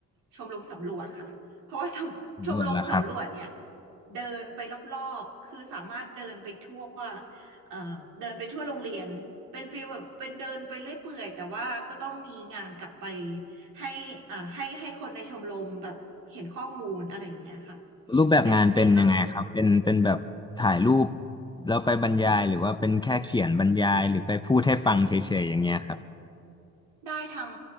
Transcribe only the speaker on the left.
ส่วนละครับ
รูปแบบงานเป็นยังไงครับเป็นเป็นแบบถ่ายรูป
แล้วไปบรรยายหรือว่าเป็นแค่เขียนบรรยายหรือไปพูดให้ฟังเฉยๆอย่างเงี้ยครับ